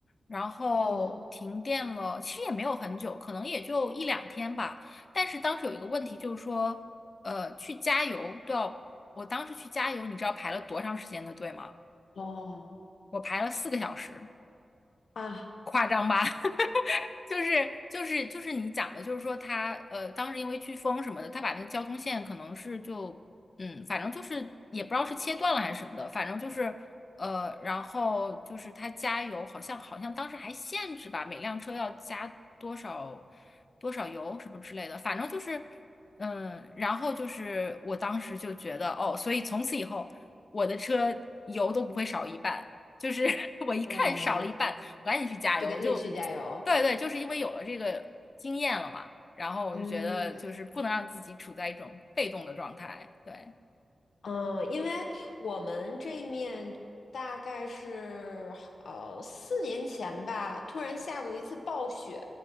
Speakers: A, on the left; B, on the left.
A: 然后停电了，
B: 哦
A: 其实也没有很久，可能也就一两天吧。但是当时有一个问题就是说，呃，去加油都要我当时去加油，你知道排了多长时间的队吗？
B: 哦
A: 我排了四个小时，
B: 啊，
A: 夸张吧？<laughs> 就是就是就是你讲的，就是说他呃，当时因为飓风什么的，他把那个交通线可能是就嗯，反正就是也不知道是切断了还是什么的，反正就是呃，然后就是他加油，好像好像当时还限制吧，每辆车要加多少多少油什么之类的，反正就是嗯，然后就是我当时就觉得哦，所以从此以后我的车油都不会少一半，就是 <laughs> 我一看少了一半。
B: 哦，
A: 赶紧去加油。
B: 就赶紧去加油。
A: 就，对对，就是因为有了这个经验了嘛，然后我就觉得就是不能让自己处在一种被动的状态。
B: 嗯。
A: 对，
B: 嗯，因为我们这面大概是呃四年前吧，突然下过一次暴雪，